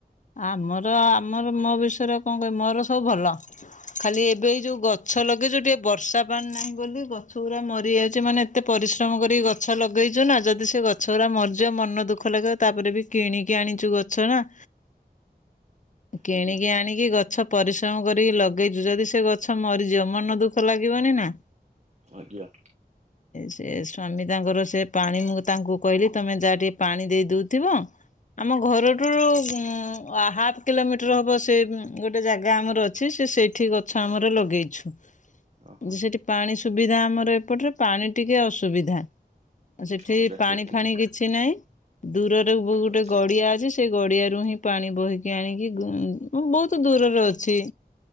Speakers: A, on the left; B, on the right.
A: ଆମର ଆମର ମୋ ବିଷୟରେ କଣ କହିବି ମୋର ସବୁ ଭଲ। ଖାଲି ଏବେ ଯୋଉ ଗଛ ଲଗେଇଛୁ ଟିକେ ବର୍ଷା ପାଣି ନାହିଁ ବୋଲି ଗଛ ଗୁଡା ମରି ଯାଉଛି ମାନେ ଏତେ ପ ପରିଶ୍ରମ କର ଗଛ ଲଗେଇଛୁ ନା ଯଦି ସେ ଗଛ ଗୁଡା ମରିଯିବ ମନ ଦୁଃଖ ଲାଗିବ ତାପରେ ବି କିଣିକି ଆଣିଛୁ। ଗଛ ନା କିଣିକି
B: ଆଜ୍ଞା
A: ଆଣିକି ଗଛ ପରିଶ୍ରମ କରିକି ଲଗେଇଛୁ ଯଦି ସେ ଗଛ ମରିଯିବ ମନ ଦୁଃଖ ଲାଗିବନି ନା।
B: ଆଜ୍ଞା।
A: ସେ ସ୍ଵାମୀ ତାଙ୍କର ସେ ପାଣି ମୁ ତାଙ୍କୁ କହିଲି ତମେ ଯାହା ଟିକେ ପାଣି ଦେଇ ଦଉଥିବ। ଆମ ଘରଠୁ ଉ ହାଫ୍ କିଲୋମିଟର ହବ ସେ ଗୋଟେ ଜାଗା ଆମର ଅଛି ସେ ସେଇଠି ଗଛ ଆମର ଲଗେଇଛୁ।
B: ଓହୋ
A: ସେଠି ପାଣି ସୁବିଧା ଆମର ଏପଟରେ ପାଣି ଟିକେ ଅସୁବିଧା। ଉ ସେଠି
B: ଆଜ୍ଞା
A: ପାଣି
B: ସେଥିପାଇଁ
A: ଫାଣି କିଛି ନାହିଁ ଦୂରରେ ଗୋଟେ
B: ଆଉ
A: ଗଡିଆ ଅଛି ସେ ଗଡିଆରୁ ହିଁ ପାଣି ବହିକି ଆଣିକି ବହୁତ ଦୂରରେ ଅଛି।